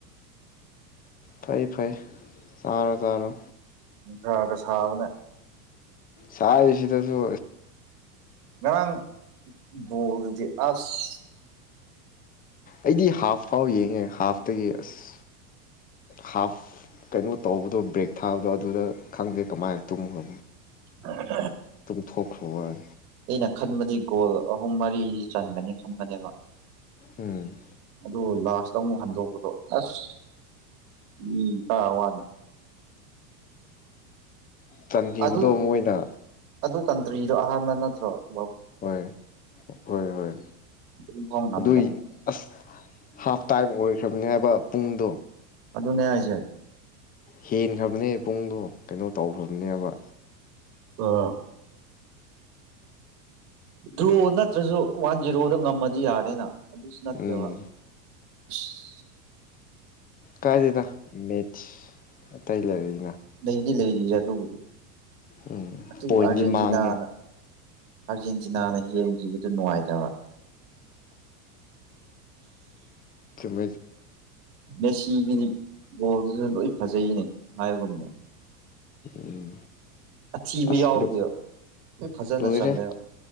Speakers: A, on the left; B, on the right.
A: ꯐꯩ ꯐꯩ ꯇꯔꯣ ꯇꯥꯔꯣ
B: ꯊꯒ ꯁꯥꯕꯅꯦ
A: ꯁꯥꯁꯤꯗꯁꯨ
B: ꯎ ꯃꯥꯡ ꯣꯗꯤ ꯑꯁ
A: ꯑꯩꯗꯤ ꯍꯥꯐ ꯐꯥꯎ ꯌꯦꯡꯉꯦ ꯍꯥꯐꯇꯒꯤ ꯑꯁ ꯍꯥꯐ ꯀꯩꯅꯣ ꯇꯧꯕꯗꯣ ꯕ꯭ꯔꯦꯛ ꯊꯥꯕꯗꯣ ꯑꯗꯨꯗ ꯈꯪꯗꯦ ꯀꯃꯥꯏꯅ ꯇꯨꯝꯈ
B: ꯎ
A: ꯇꯨꯝꯊꯣꯛꯈ꯭ꯔꯦ ꯈꯣꯏ
B: ꯑꯩꯅ ꯈꯟꯕꯗꯤ ꯒꯣꯜ ꯑꯍꯨꯝ ꯃꯔꯤꯗꯤ ꯆꯟꯒꯅꯤ ꯈꯟꯕꯅꯦꯕ
A: ꯎꯝ
B: ꯑꯗꯨ ꯂꯥꯁꯇ ꯑꯃꯨꯛ ꯍꯟꯗꯣꯛꯄꯗꯣ ꯑꯁ ꯎꯝ ꯀ ꯋꯥꯅꯤ
A: ꯆꯟꯈꯤꯕꯗꯣ
B: ꯑꯗꯨ
A: ꯃꯣꯏꯅ
B: ꯑꯗꯨ ꯀꯟꯇ꯭ꯔꯤꯗꯣ ꯑꯍꯥꯟꯕꯅ ꯑ
A: ꯍꯣꯏ ꯍꯣꯏ ꯍꯣꯏ
B: ꯑꯗꯨꯐꯥꯎ ꯉꯝꯗꯕ
A: ꯑꯗꯨꯏ ꯑꯁ ꯍꯥ ꯇꯥꯏꯝ ꯑꯣꯏꯈ꯭ꯔꯕꯅꯤ ꯍꯥꯏꯕ ꯄꯨꯡꯗꯣ
B: ꯑꯗꯨꯅꯦ ꯍꯥꯏꯁꯦ
A: ꯍꯦꯟꯈ꯭ꯔꯕꯅꯦ ꯄꯨꯡꯗꯣ ꯀꯩꯅꯣ ꯇꯧꯈ꯭ꯔꯕꯅꯦꯕ
B: ꯑ ꯗ꯭ꯔꯣ ꯅꯠꯇ꯭ꯔꯁꯨ ꯋꯥꯟ ꯖꯦꯔꯣꯗ ꯉꯝꯃꯗꯤ ꯌꯥꯔꯦꯅ ꯑꯗꯨꯗꯨꯁꯨ ꯅꯠꯇꯕ
A: ꯎꯝ
B: <unintelligible>
A: ꯀꯥꯏ ꯊꯦꯇ ꯃ ꯇꯏ ꯂ ꯉ
B: ꯂꯩꯔꯤꯁꯦ ꯑꯗꯨꯕꯨꯗꯤ
A: ꯎꯝ
B: ꯑꯗꯨ
A: ꯄꯣꯏꯟꯗꯤ
B: ꯑꯥꯔꯖꯦꯟꯇꯤꯅꯥꯅ
A: ꯃꯥꯡꯉꯦ
B: ꯑꯥꯔꯖꯦꯟꯇꯤꯅꯥꯅ ꯌꯦꯡꯈꯤꯕꯗꯨ ꯅꯨꯡꯉꯥꯏꯇꯕ
A: ꯇꯨꯝ
B: ꯃꯦꯁꯤꯒꯤꯅꯤ ꯕꯣꯜꯗꯨꯁꯨ ꯂꯣꯏ ꯐꯖꯩꯅꯦ ꯍꯥꯏꯒꯨꯝꯅꯦ
A: ꯎꯝ
B: ꯑꯊꯤꯕ
A: ꯑꯁ
B: ꯌꯥꯎꯗꯦꯕ
A: ꯂꯜ
B: ꯐꯖꯅ
A: ꯂꯣꯏꯔꯦ
B: ꯆꯜꯂꯦꯕ